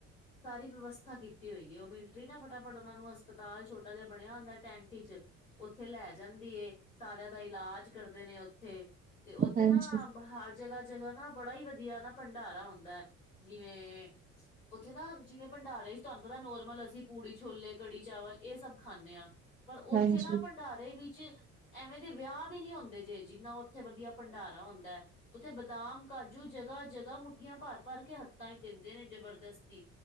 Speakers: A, on the left; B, on the right.
A: ਸਾਰੀ ਵਿਵਸਥਾ ਕੀਤੀ ਹੋਈ ਹੈ ਉਹ ਮਿਲਟਰੀ ਨਾ ਫਟਾਫਟ ਉਹਨਾਂ ਨੂੰ ਹਸਪਤਾਲ ਛੋਟਾ ਜਿਹਾ ਬਣਿਆ ਹੁੰਦਾ ਟੈਂਟ ਚ ਉੱਥੇ ਲੈ ਜਾਂਦੀ ਏ ਸਾਰਿਆਂ ਦਾ ਇਲਾਜ ਕਰਦੇ ਨੇ ਉੱਥੇ ਤੇ ਉੱਥੇ
B: ਹਾਂਜੀ
A: ਨਾ
B: ਹਾਂਜੀ
A: ਹਰ ਜਗ੍ਹਾ ਜਗ੍ਹਾ ਨਾ ਬੜਾ ਹੀ ਵਧੀਆ ਨਾ ਭੰਡਾਰਾ ਹੁੰਦਾ ਹੈ ਜਿਵੇਂ ਉੱਥੇ ਨਾ ਜਿਵੇਂ ਭੰਡਾਰੇ ਤੁਹਾਨੂੰ ਪਤਾ ਨੋਰਮਲ ਅਸੀਂ ਪੂੜੀ ਛੋਲੇ ਕੜੀ ਚਾਵਲ ਇਹ ਸਭ ਖਾਂਦੇ ਹਾਂ ਪਰ ਉੱਥੇ
B: ਹਾਂਜੀ
A: ਨਾ ਭੰਡਾਰੇ ਵੀ ਵਿੱਚ ਐਵੇਂ ਦੇ ਵਿਆਹ ਵੀ ਨੀ ਹੁੰਦੇ ਜੇ ਜਿੰਨਾ ਉੱਥੇ ਵਧੀਆ ਭੰਡਾਰਾ ਹੁੰਦਾ ਉੱਥੇ ਬਦਾਮ ਕਾਜੂ ਜਗ੍ਹਾ ਜਗ੍ਹਾ ਮੁੱਠੀਆਂ ਭਰ ਭਰ ਕੇ ਹੱਥਾਂ ਦਿੰਦੇ ਨੇ ਜਬਰਦਸਤੀ